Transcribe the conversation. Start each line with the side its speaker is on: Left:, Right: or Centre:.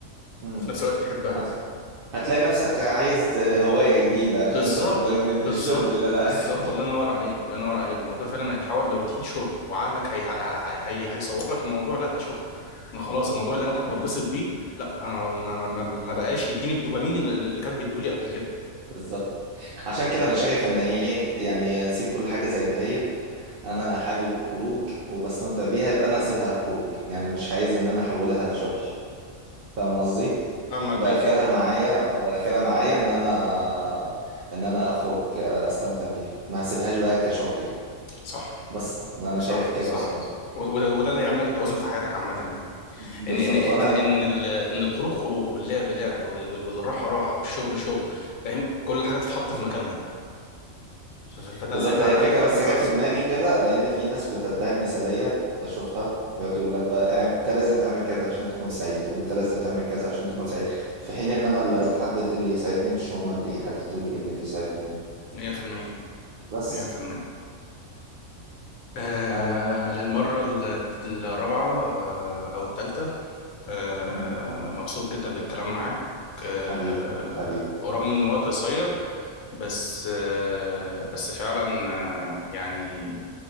Right: مم.
Left: وفي نفس الوقت بتحبها
Right: هت... هتلاقي نفسك عايز هواية جديدة عشان
Left: بالظبط
Right: تخرجني من
Left: بالظبط
Right: الشغل اللي أنا قاعد
Left: بالظبط
Right: فيه.
Left: الله ينور عليك الله ينور عليك الموضوع فعلا هيتحول لروتين شغل وعقلك هي... هي... هي... هيصور لك الموضوع لا ده شغل انا خلاص الموضوع اللي انا كنت
Right: ده حقيقي
Left: بتبسط بيه لا انا ما, ما... ما بقاش يديني الدوبامين اللي اللي كان بيديهولي قبل كده
Right: بالظبط عشان كده انا شايف ان ايه يعني سيب كل حاجة زي ما هي انا حابب الخروج وبستمتع بيها يبقى انا هسيبها خروج يعني مش عايز ان انا احولها لشغل فاهم قصدي
Left: فاهمك
Right: تبقى
Left: جدا
Right: اخرها معايا اه اخرها معايا ان انا ان انا اخرج آه، استمتع بيها ما هسيبهاش بقى كشغلي
Left: صح
Right: بس انا
Left: صح
Right: شايف كده
Left: صح
Right: بصراحة
Left: وده وده اللي هيعمل لك التوازن في حياتك عامة يعني
Right: بالظبط
Left: ان ان ان
Right: وانا
Left: ان ال- ان الخروج خروج واللعب لعب وال- وال- والراحة راحة والشغل شغل فاهم كل حاجة تتحط في مكانها ف- ف- فده
Right: بالظبط
Left: اللي هيحقق
Right: هي الفكرة
Left: لك فعلا
Right: بس
Left: التوازن
Right: جت في دماغي كده لأن في ناس بتدعي المثالية بشوفها يقعد يقول لك بقى يعني أنت لازم تعمل كذا عشان تكون سعيد وأنت لازم تعمل كذا عشان تكون سعيد في حين إن أنا اللي بحدد إيه اللي يسعدني مش هما اللي يحددوا لي إيه اللي بيسعدني يعني.
Left: 100%
Right: بس
Left: 100% آه
Right: آه
Left: للمرة ال- الرابعة آه أو الثالثة آه
Right: مم.
Left: مبسوط جدا بالكلام معاك آه
Right: حبيبي حبيبي
Left: ورغم إن وقت قصير بس آه بس فعلا آه يعني